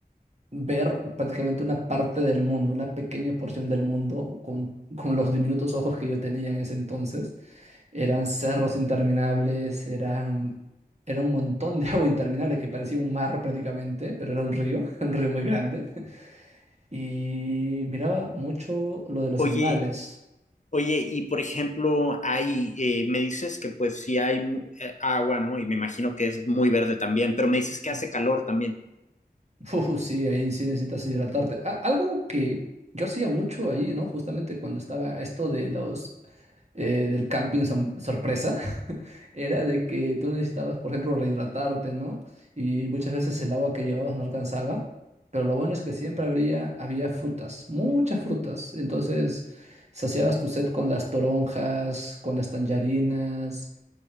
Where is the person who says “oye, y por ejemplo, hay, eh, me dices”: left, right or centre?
Left